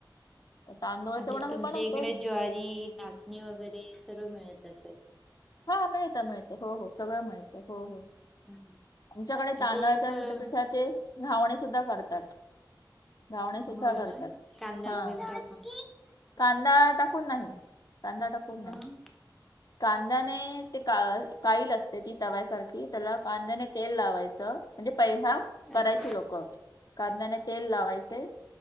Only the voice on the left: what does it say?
तांदूळचं
पण आम्ही
बनवतो
हा मिळत मिळत हो हो सगळं मिळत हो हो
आमच्याकडे
तांदळाच्या
पीठाचे घावणे सुद्धा करतात घावणे सुुद्धा
करतात
हा
कांदा टाकून नाही कांदा टाकून
नाय. कांद्याने ते का काईल असते ती तव्यासारखी त्याला कांद्याने तेल लावायच म्हणजे पहिला करायची
लोक कांद्याने तेल लावायचे.